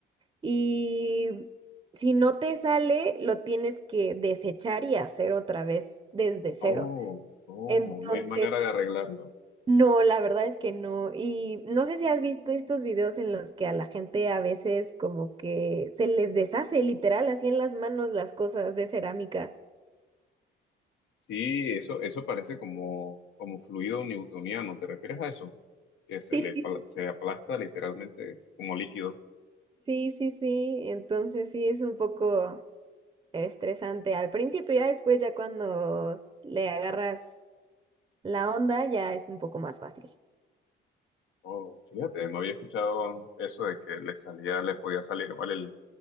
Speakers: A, on the right; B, on the left.
A: Y si no te sale, lo tienes que desechar y hacer otra vez desde cero.
B: Oh, oh,
A: Entonces,
B: no hay manera de arreglarlo.
A: no, la verdad es que no. Y no sé si has visto estos videos en los que a la gente a veces como que se les deshace literal así en las manos las cosas de cerámica.
B: Sí, eso, eso parece como, como fluido newtoniano. ¿Te refieres a eso? Que se
A: Sí,
B: le,
A: sí,
B: pla- se aplasta literalmente como líquido.
A: sí, sí, sí. Entonces sí es un poco estresante al principio, ya después, ya cuando le agarras la onda, ya es un poco más fácil.
B: Oh, fíjate, no había escuchado eso de que le salía, le podía salir mal el-